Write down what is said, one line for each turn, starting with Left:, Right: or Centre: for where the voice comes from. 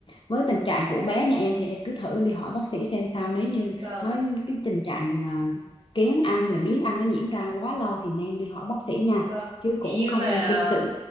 Left: với tình trạng của bé nhà em thì em cứ thử đi hỏi bác sĩ xem sao nếu như
Right: Vâng,
Left: nó cái tình trạng ờ, kén ăn hay là biếng ăn nó diễn ra quá lâu thì nên đi hỏi bác sĩ nha
Right: vâng.
Left: chứ
Right: Thế
Left: cũng
Right: như
Left: không
Right: mà
Left: nên tin tưởng